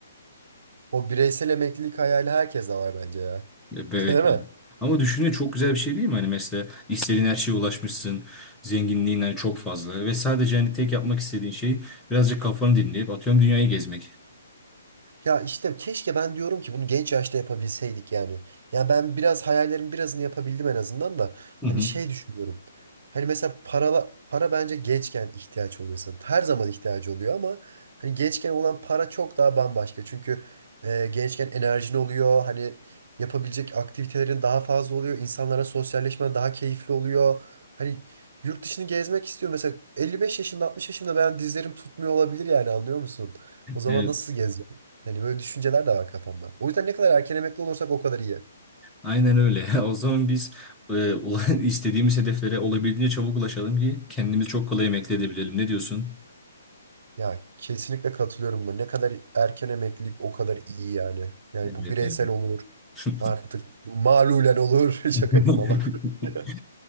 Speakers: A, on the right (about 60°); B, in the centre.
A: O bireysel emeklilik hayali herkes de var bence ya.
B: E,
A: <laughs>
B: Evet.
A: Değil mi?
B: Ama düşünün çok güzel bir şey değil mi? Hani mesela istediğin her şeye ulaşmışsın. Zenginliğin hani çok fazla. Ve sadece hani tek yapmak istediğin şey birazcık kafanı dinleyip atıyorum dünyayı gezmek.
A: Ya işte keşke ben diyorum ki bunu genç yaşta yapabilseydik yani. Ya ben biraz hayallerimin birazını yapabildim en azından da.
B: Hı
A: Hani
B: hı.
A: şey düşünüyorum. Hani mesela para, para bence gençken ihtiyaç oluyor insanın. Her zaman ihtiyacı oluyor ama hani gençken olan para çok daha bambaşka. Çünkü e, gençken enerjin oluyor. Hani yapabilecek aktivitelerin daha fazla oluyor. İnsanlara sosyalleşmen daha keyifli oluyor. Hani yurt dışını gezmek istiyor. Mesela Elli beş yaşında 60 yaşında ben dizlerim tutmuyor olabilir yani anlıyor musun? O zaman
B: Evet,
A: nasıl gezeceğim? Hani böyle düşünceler de var kafamda. O yüzden ne kadar erken emekli olursak o kadar iyi.
B: aynen öyle. <laughs> O zaman biz e, ula- <laughs> istediğimiz hedeflere olabildiğince çabuk ulaşalım ki kendimizi çok kolay emekli edebilelim. Ne diyorsun?
A: Ya kesinlikle katılıyorum buna. Ne kadar erken emeklilik o kadar iyi yani. Yani
B: Evet
A: bu bireysel
B: yani.
A: olur.
B: <laughs>
A: Artık malulen olur. <laughs>
B: <laughs>
A: Şaka yapıyorum Allah korusun.